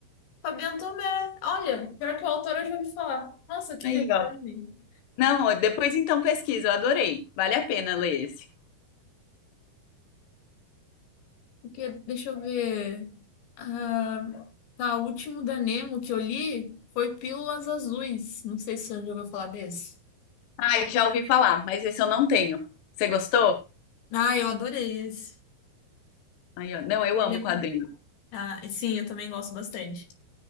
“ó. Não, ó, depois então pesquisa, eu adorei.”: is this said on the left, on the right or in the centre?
Left